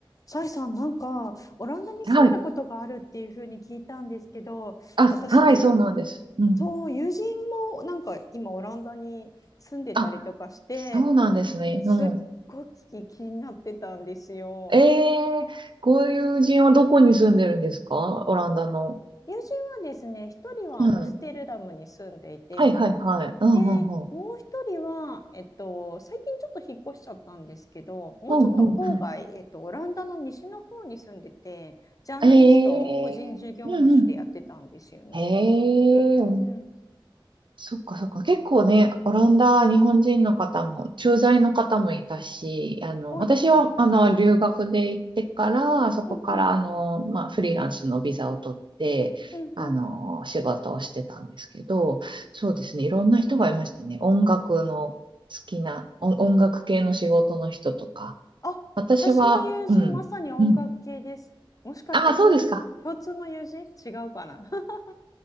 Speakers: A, on the left; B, on the right.
A: サイさん、なんか、オランダに住んだことがあるっていうふうに聞いたんですけど、
B: はい。あ、
A: 私、
B: はい、そうなんです。うん。
A: そう、友人もなんか今、オランダに住んでたりとかして、
B: あ、そうなんですね。
A: すっごく気になってたんですよ。
B: うん。ええご友人はどこに住んでるんですかオランダの。
A: 友人はですね、一人はアムステルダムに住んでいて、
B: うん。はい、はい、はい。うん、
A: で、
B: うん、うん。
A: もう一人は、えっと、最近ちょっと引っ越しちゃったんですけど、もうちょっと郊外、
B: うん、うん、う
A: えっと、オランダの西の方に住んでて、ジャーナリストを個人事業主でやってたんですよね。
B: ん。ええうん、うん。ええ
A: うーん、
B: そっかそっか。結構ね、オランダ、日本人の方も、駐在の方もいたし、あの、
A: 多いですよね。
B: 私は、あの、留学で行ってから、そこから、
A: うんうん、
B: あの、まあ、フリーランスのビザを取って、
A: うんうん。
B: あの、仕事をしてたんですけど、そうですね、いろんな人がいましたね。音楽の好きな、お音楽系の仕事の人とか。
A: あ、
B: 私は、
A: 私の友人、
B: うん、
A: まさに音楽系です。
B: うん。
A: もしかして共、
B: ああ、そうですか。
A: 共通の友人違うかな <laughs>